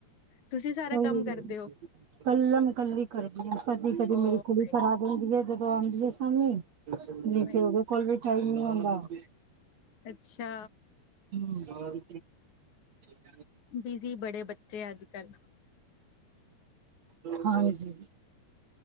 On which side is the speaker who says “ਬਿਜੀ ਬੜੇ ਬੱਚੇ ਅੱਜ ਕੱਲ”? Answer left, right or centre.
Left